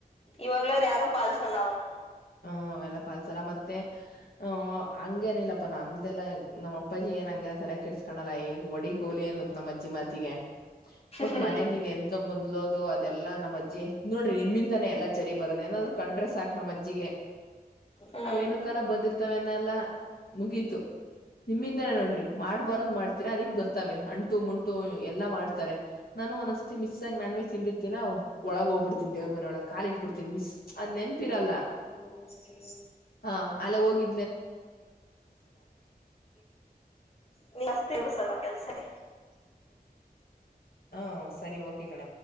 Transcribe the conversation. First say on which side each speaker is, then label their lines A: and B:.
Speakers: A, on the left; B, on the left.
A: ಇವಾಗ್ಲಾದಾರ ಯಾರು ಪಾಲಸ ಚಲಾವನಾ
B: ಹ್ಮ ಅವಲ್ಲ ಪಾಲ್ಸರ ಮತ್ತೆ ಹ ಹಂಗಗೆೇನಿಲ್ಲಪ್ಪಾ ನಮ್ದೆಲ್ಲಾ ನಮ್ಮ ಅಪ್ಪಾಜಿ ಏನ್ ಹಂಗೆಲ್ಲ ತಲೆಹಿ ಇಟ್ಸ್ಕಲ್ಲಾ ಈಗ ಒಡಿ ಗೋಲಿ ಅನ್ನು ನಮ್ಮ ಅಜ್ಜಿ ಮಾತಿಗೆ ಒಟ್
A: ಹ್ಮ್
B: ಮನದ ಎಂತ ಮುಂದ್ಲೋದು ಅದೆಲ್ಲಾ ನಮ್ಮಜ್ಜಿ ನೋಡ ನಿಮ್ಮಿಂದ ತಾನೆ ಎಲ್ಲಾ ಜರಿ ಬರದ ಏನಾದ್ರು ಕಂಡ್ರೆ ಸಾಕಕ್ ನಮ್ಮ ಅಜ್ಜಿಗೆ
A: ಹ್ಮ್
B: ಅವೇನ ಕ ಬಂದಿರ್ತ ತವನೆಲ್ಲಾ ಮುಗೀತು ನಿಮ್ಮಿಂದಾನೇ ನೋಡ್ರಿ ಮಾಡ್ಬಾರೋದ್ ಮಾಡ್ತೀರಾ ಅದಿ ಬರ್ತ ಅಂಟು ಮುಂಟು ಎಲ್ಲಾ ಮಾಡ್ತಾರೆ ನಾನು ಒಂದ್ಸತಿ ಮಿಸ್ ನಾನ್ ವಜ್ ತಿಂದಿರ್ತಿನ ಒಳಗ ಹೋಗ್ಬಿಡ್ತಿನಿ ದೇವ್ರ ಮನ ಒಳ ಕಾಲಿಟ್ಬ ಬಿಡ್ತಿನ ಮಿಸ್ ಆದ್ ನೆನಪು ಇರಲ್ಲ
A: ಹ ಸರಿ
B: ಹಾ ಅಲ್ಲ ಹೋಗಿ
A: ನೀ ಜಸ್ತಿ ಅದು ಸ್ವಲ್ಪ ಕೆಲ್ಸನೇ <unintelligible> <inaudible>
B: ಹಾ ಸರಿ ಓಕೆ ಕಣ್ಣ